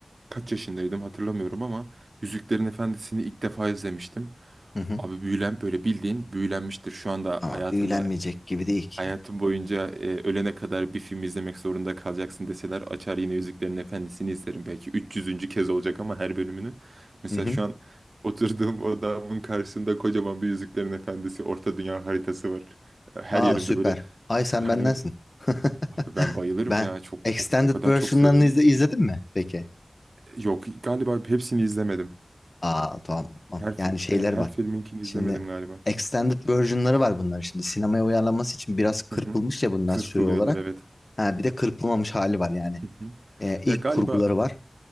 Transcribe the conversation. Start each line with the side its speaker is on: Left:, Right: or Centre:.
Right: kaç yaşındaydım hatırlamıyorum ama Yüzüklerin Efendisi'ni ilk defa izlemiştim.
Left: Hı hı.
Right: Abi büyülen böyle bildiğin büyülenmiştir. Şu anda
Left: Ama
Right: hayatımda
Left: büyülenmeyecek gibi değil ki.
Right: hayatım boyunca e, ölene kadar bir film izlemek zorunda kalacaksın deseler açar yine Yüzüklerin Efendisi'ni izlerim. Belki 300. kez olacak ama her bölümünü. Mesela
Left: Hı hı.
Right: şu an oturduğum odamın karşısında kocaman bir Yüzüklerin Efendisi orta dünya haritası var. Her
Left: Aa
Right: yerimde
Left: süper.
Right: böyle
Left: Ay
Right: <laughs>
Left: sen bendensin.
Right: Aynen.
Left: <laughs>
Right: Abi ben bayılırım
Left: Ben
Right: ya. Çok
Left: extended
Right: o, o kadar
Left: version'larını
Right: çok seviyorum
Left: izle,
Right: ki.
Left: izledin mi peki?
Right: Yok galiba hepsini izlemedim.
Left: Aa tamam, tamam.
Right: Her fi-
Left: Yani şeyler
Right: e,
Left: var.
Right: her filminkini
Left: Şimdi
Right: izlemedim galiba.
Left: extended version'ları var bunların. Şimdi sinemaya uyarlanması için biraz kırpılmış
Right: Hı hı.
Left: ya bunlar
Right: Zırpılıyorlar
Left: süre olarak.
Right: evet.
Left: Ha, bir de kırpılmamış hali var yani.
Right: Hı hı.
Left: E, ilk
Right: Ya galiba
Left: kurguları var.